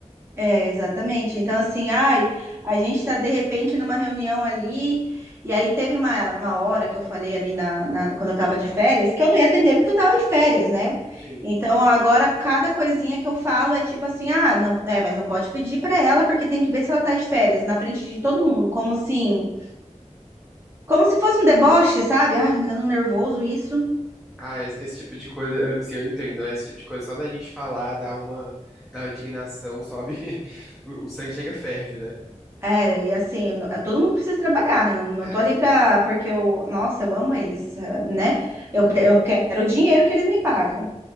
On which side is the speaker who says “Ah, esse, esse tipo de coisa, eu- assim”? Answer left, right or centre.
Centre